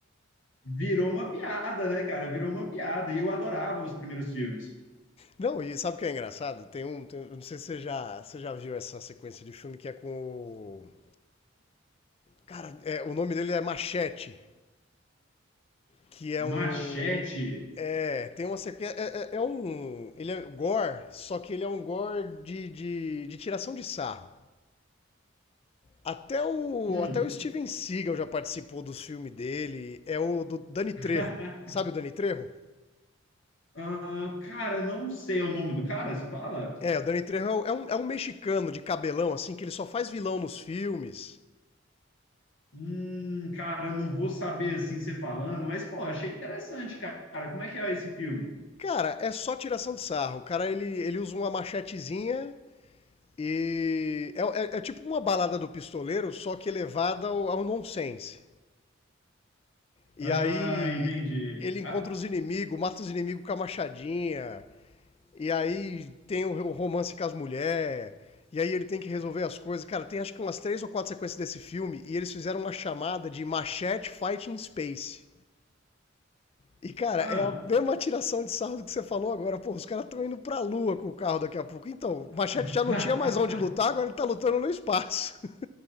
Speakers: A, on the left; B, on the left.
A: Virou uma piada, né, cara? Virou uma piada. E eu adorava os primeiros filmes.
B: Não, e sabe o que é engraçado? Tem um. tem- eu não sei se você já, você já viu essa sequência de filme que é com o. Cara, é, o nome dele é Machete. que é
A: Machete.
B: um. É, tem uma sequência. É, é- é um. Ele é gore, só que ele é um gore de, de, de tiração de sarro. Até o,
A: Hum.
B: até o Steven Seagal já participou dos filmes dele. É o do Danny Trejo.
A: <laughs>
B: Sabe o Danny Trejo?
A: Ah, cara, não sei o nome do cara, você fala?
B: É, o Danny Trejo é um- é um, é um mexicano de cabelão, assim, que ele só faz vilão nos filmes.
A: Hum, cara, eu não vou saber assim você falando, mas pô, achei interessante, cara. Como é que é esse filme?
B: Cara, é só tiração de sarro. O cara, ele, ele usa uma machetezinha e... É, é- é tipo uma balada do pistoleiro, só que elevada ao, ao nonsense. E
A: Ah,
B: aí
A: entendi.
B: ele encontra
A: Ah,
B: os inimigos, mata os inimigos com a machadinha. E aí tem o romance com as mulheres. E aí ele tem que resolver as coisas. Cara, tem acho que umas três ou quatro sequências desse filme e eles fizeram uma chamada de Machete Fighting Space. E, cara,
A: ah.
B: é a mesma tiração de sarro do que você falou agora. Pô, os caras estão indo pra lua com o carro daqui a pouco. Então, o Machete
A: <laughs>
B: já não tinha mais onde lutar, agora ele tá lutando no espaço. <laughs>